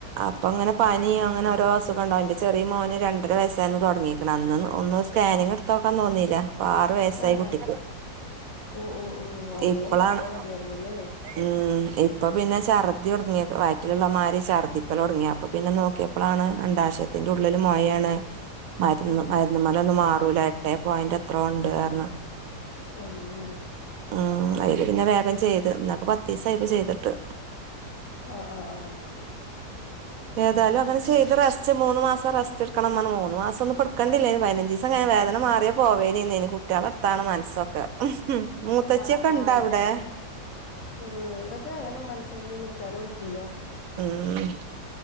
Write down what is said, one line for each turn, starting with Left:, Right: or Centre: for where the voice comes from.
Right: അപ്പൊങ്ങനെ പനി അങ്ങനെ ഓരോ അസുഖണ്ടാവൽണ്ട് ഇന്റെ ചെറിയ മോന് രണ്ടര വയസ്സായന്ന തൊടങ്ങീക്ക്ണ് അന്ന് ഒന്ന് സ്കാനിങ്ങ് ഇട്ത്തോക്കാൻ തോന്നീല ഇപ്പ ആറു വയസായി
Left: ആഹ്
Right: കുട്ടിക്ക്
Left: ആഹ് ഓ ഓ ഓ അന്നേ
Right: ഇപ്പളാണ്
Left: നോക്കിയാ മതിയായിരുന്നുല്ലേ
Right: ഉം ഇപ്പൊ പിന്നെ ഛർദി തൊടങ്ങി വയ്റ്റില് ഇള്ളമാരി ഛർദ്ദി ക്കലൊട്ങ്ങിയെ അപ്പൊ പിന്നെ നോക്കിയപ്പളാണ് അണ്ടാശയത്തിന്റെ ഉള്ളില് മൊയേണ് മര്
Left: ഉം ഉം
Right: മരുന്നിമ ന്നോണ്ടൊന്നും മാറൂല എട്ടേ പോയിന്റ് എത്രോണ്ട്ർഞ്ഞ്
Left: അയ്യോ
Right: ഉം അയ്ല് പിന്നെ വേഗം ചെയ്ത് ഇന്നേക്ക് പത്തീസായിപ്പോ ചെയ്തിട്ട്
Left: ആഹ് ആഹ് ആഹ്
Right: ഏതായാലും അങ്ങനെ ചെയ്ത്
Left: ശെ
Right: റെസ് സ്റ്റ് മൂന്ന് മാസം റെസ്റ്റ് ഇട്ക്കണം പർഞ്ഞ് മൂന്ന് മാസൊന്നും ഇപ്പട്ക്കണ്ടില്ലേനി പയ്നഞ്ചീസം കയ്ഞ്ഞ വേദന മാറിയ പോവേനീന്നേനി കു കുട്ട്യാളെട്ത്താണ് മൻസ്സൊക്കെ മൂത്തച്ച്യൊക്കെ
Left: ആഹ് അതന്നെ
Right: ഇണ്ടവ്ടെ
Left: ഉം ഇമ്പക്കങ്ങനെ മനസ്സൊഴിഞ്ഞ് നിക്കാനും പറ്റൂല
Right: ഉം